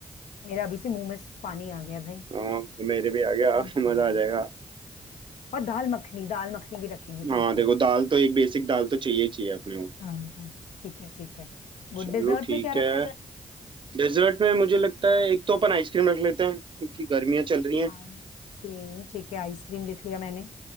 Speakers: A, on the left; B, on the right.
A: मेरा अभी से मुंह में पानी आ गया भाई
B: हाँ, मेरे भी आ गया
A: हम्म।
B: <laughs> मजा आ जाएगा
A: और दाल मखनी दाल मखनी भी रखेंगे साथ
B: हाँ देखो
A: में
B: दाल तो एक बेसिक दाल तो चाहिए ही चाहिए अपने को
A: हाँ हाँ, ठीक है ठीक है गुड
B: चलो
A: डिजर्ट
B: ठीक
A: में क्या
B: है
A: रखा जाए
B: डेजर्ट में मुझे लगता है एक तो अपन आइसक्रीम रख लेते हैं क्योंकि गर्मियाँ चल रही हैं
A: आइसक्रीम ठीक है आइसक्रीम लिख लिया मैंने